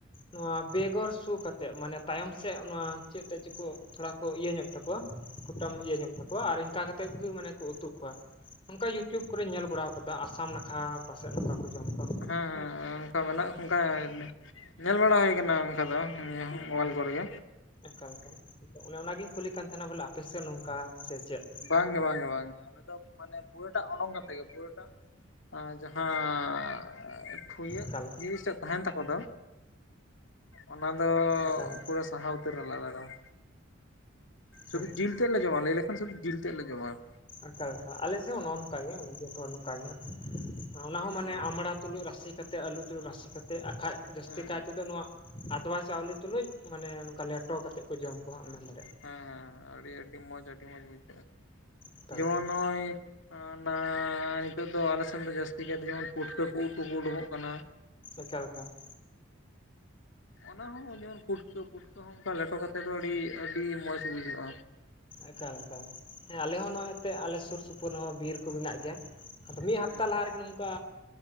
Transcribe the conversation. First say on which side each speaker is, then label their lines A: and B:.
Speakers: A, on the left; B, on the left.
A: ᱱᱚᱣᱟ ᱵᱮᱜᱚᱨ ᱥᱩ ᱠᱟ ᱠᱟᱛᱮᱫ, ᱢᱟᱱᱮ ᱛᱟᱭᱚᱢ ᱥᱮᱫ ᱱᱚᱣᱟ ᱪᱮᱫ ᱛᱮᱫ ᱪᱚᱠᱚ ᱛᱷᱚᱲᱟ ᱠᱚ ᱤᱭᱟᱹ ᱧᱚᱜ ᱛᱟᱠᱚᱣᱟ, ᱠᱩᱴᱟᱢ ᱤᱭᱟᱹ ᱧᱚᱜ ᱛᱟᱠᱚᱣᱟ ᱟᱨ ᱤᱱᱠᱟ ᱠᱟᱛᱮᱫ ᱜᱮ ᱢᱟᱱᱮ ᱠᱚ ᱩᱛᱩ ᱠᱚᱣᱟ ᱾ ᱱᱚᱝᱠᱟ ᱤᱭᱩᱴᱤᱭᱩᱵᱽ ᱠᱚᱨᱮᱧ ᱧᱮᱞ ᱵᱟᱲᱟ ᱟᱠᱟᱫᱟ ᱟᱥᱟᱢ ᱱᱟᱠᱷᱟ ᱯᱟᱥᱮᱡ ᱱᱚᱝᱠᱟ ᱠᱚ ᱡᱚᱢ ᱠᱚᱣᱟ ᱾
B: ᱦᱮᱸ ᱦᱮᱸ ᱚᱱᱠᱟ ᱢᱮᱱᱟᱜ ᱠᱚ ᱚᱱᱠᱟ ᱧᱮᱞ ᱵᱟᱲᱟ ᱦᱩᱭ ᱠᱟᱱᱟ ᱚᱝᱠᱟ ᱫᱚ ᱢᱚᱵᱟᱭᱤᱞ ᱠᱚᱨᱮ ᱜᱮ ᱾
A: ᱮᱠᱟᱞ ᱮᱠᱟᱞ ᱮᱛᱮ ᱚᱱᱮ ᱚᱱᱟᱜᱤᱧ ᱠᱩᱞᱤ ᱠᱟᱱ ᱛᱟᱦᱮᱱᱟ ᱵᱚᱞᱮ ᱟᱯᱮ ᱥᱮᱫ ᱱᱚᱝᱠᱟ ᱥᱮ ᱪᱮᱫ ᱾
B: ᱵᱟᱝᱜᱮ ᱵᱟᱝᱜᱮ ᱵᱟᱝᱜᱮ, ᱟᱞᱮ ᱫᱚ ᱢᱟᱱᱮ ᱯᱩᱨᱟᱹ ᱴᱟᱜ ᱚᱰᱚᱝ ᱠᱟᱛᱮ ᱜᱮ, ᱯᱩᱨᱟᱹᱴᱟᱜ ᱡᱟᱦᱟᱸ ᱴᱷᱩᱭᱟᱹᱜ
A: ᱮᱠᱟᱞ
B: ᱡᱤᱱᱤᱥ ᱴᱟᱜ ᱛᱟᱦᱮᱱ ᱛᱟᱠᱚ ᱫᱚ ᱚᱱᱟ ᱫᱚ
A: ᱮᱠᱟᱞ
B: ᱯᱩᱨᱟᱹ ᱥᱟᱦᱟ ᱩᱛᱟᱨᱟᱞᱮ ᱟᱞᱮ ᱫᱚ ᱾ ᱥᱩᱫᱩ
A: ᱦᱩᱸ
B: ᱡᱤᱞ ᱛᱮᱫ ᱞᱮ ᱡᱚᱢᱟ ᱞᱟᱹᱭ ᱞᱮᱠᱷᱟᱱ ᱥᱩᱫᱩ ᱡᱤᱞ ᱛᱮᱫ ᱞᱮ ᱡᱚᱢᱟ ᱾
A: ᱮᱠᱟᱞ ᱮᱠᱟᱞ ᱟᱞᱮ ᱥᱮᱫ ᱦᱚᱸ ᱱᱚᱜᱼᱚ ᱱᱚᱝᱠᱟ ᱜᱮ ᱢᱟᱱᱮ ᱡᱚᱛᱚ ᱦᱚᱲ ᱱᱚᱝᱠᱟ ᱜᱮ ᱦᱟᱸᱜ ᱾ ᱚᱱᱟ ᱦᱚᱸ
B: ᱦᱮᱸ
A: ᱢᱟᱱᱮ ᱟᱢᱵᱽᱲᱟ ᱛᱩᱞᱩᱡ ᱨᱟᱥᱮ ᱠᱟᱛᱮᱫ, ᱟᱹᱞᱩ ᱛᱩᱞᱩᱡ ᱨᱟᱥᱮ ᱠᱟᱛᱮᱫ, ᱟᱠᱷᱟᱡ ᱡᱟᱹᱥᱛᱤ
B: ᱦᱮᱸ
A: ᱠᱟᱭ ᱛᱮᱫᱚ ᱱᱚᱣᱟ ᱟᱫᱽᱣᱟ ᱪᱟᱣᱞᱮ ᱛᱩᱞᱩᱡ ᱢᱟᱱᱮ ᱱᱚᱝᱠᱟ ᱞᱮᱴᱚ ᱠᱟᱛᱮᱫ ᱠᱚ ᱡᱚᱢ ᱠᱚᱣᱟ ᱦᱟᱸᱜ ᱢᱮᱱ ᱫᱟᱲᱮᱜᱼᱟᱢ ᱾
B: ᱦᱮᱸ ᱦᱮᱸ ᱟᱹᱰᱤ ᱟᱹᱰᱤ ᱢᱚᱸᱡᱽ ᱟᱹᱰᱤ ᱢᱚᱸᱡᱽ ᱵᱩᱡᱷᱟᱹᱜᱼᱟ ᱾
A: ᱮᱠᱟᱞ
B: ᱡᱮᱢᱚᱱ
A: ᱮᱠᱟᱞ
B: ᱱᱚᱜᱼᱚᱭ ᱚᱱᱟ ᱱᱤᱛᱚᱜ ᱫᱚ ᱟᱞᱮ ᱥᱮᱱ ᱫᱚ ᱡᱟᱹᱥᱛᱤ ᱠᱟᱭᱛᱮ ᱡᱮᱢᱚᱱ ᱯᱩᱴᱠᱟᱹ ᱠᱚ ᱩᱫ ᱠᱚᱠᱚ ᱩᱰᱩᱝᱚᱜ ᱠᱟᱱᱟ ᱾
A: ᱮᱠᱟᱞ ᱮᱠᱟᱞ ᱾
B: ᱚᱱᱟ ᱦᱚᱸ ᱡᱮᱢᱚᱱ ᱯᱩᱴᱠᱟᱹ ᱯᱩᱴᱠᱟᱹ ᱦᱚᱸ ᱚᱱᱠᱟ ᱞᱮᱴᱚ ᱠᱟᱛᱮᱫ ᱫᱚ ᱟᱹᱰᱤ ᱟᱹᱰᱤ ᱢᱚᱸᱡᱽ ᱵᱩᱡᱷᱟᱹᱜᱼᱟ ᱾
A: ᱮᱠᱟᱞ ᱮᱠᱟᱞ ᱦᱮᱸ ᱟᱞᱮ ᱦᱚᱸ ᱱᱚᱜᱼᱚᱭ ᱮᱱᱛᱮ ᱟᱞᱮ ᱥᱩᱨ ᱥᱩᱯᱩᱨ ᱨᱮᱦᱚᱸ ᱵᱤᱨ ᱠᱚ ᱢᱮᱱᱟᱜ ᱜᱮᱭᱟ ᱾ ᱟᱫᱚ ᱢᱤᱫ
B: ᱦᱩᱸ
A: ᱦᱟᱯᱛᱟ ᱞᱟᱦᱟ ᱨᱮᱜᱮ ᱱᱚᱝᱠᱟ